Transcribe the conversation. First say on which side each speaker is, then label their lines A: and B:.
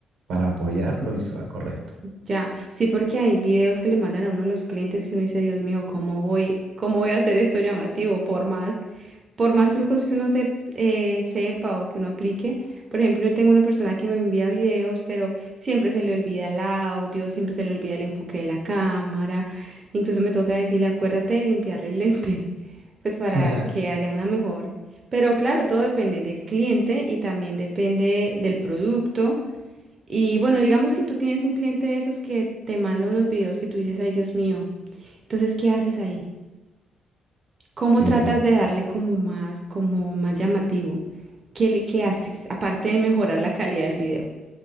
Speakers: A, on the right (about 80°); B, on the right (about 35°).
A: para apoyar lo visual correcto.
B: Ya, sí, porque hay videos que le mandan a uno de los clientes que uno dice, Dios mío, ¿cómo voy, cómo voy a hacer esto llamativo? Por más, por más trucos que uno se, eh, sepa o que uno aplique. Por ejemplo, yo tengo una persona que me envía videos, pero siempre se le olvida el audio, siempre se le olvida el enfoque de la cámara. Incluso me toca decirle, acuérdate de limpiarle el lente, <laughs> pues para
A: <laughs>
B: que haya una mejor. Pero claro, todo depende del cliente y también depende del producto y bueno, digamos que tú tienes un cliente de esos que te manda unos videos que tú dices, ay, Dios mío. Entonces, ¿qué haces ahí? ¿Cómo
A: Sí,
B: tratas de darle como más, como más llamativo? ¿Qué le, qué haces? Aparte de mejorar la calidad del video.